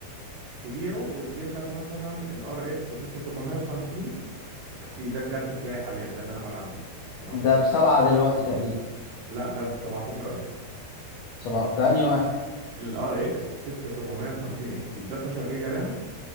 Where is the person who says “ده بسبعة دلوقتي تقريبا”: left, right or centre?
Left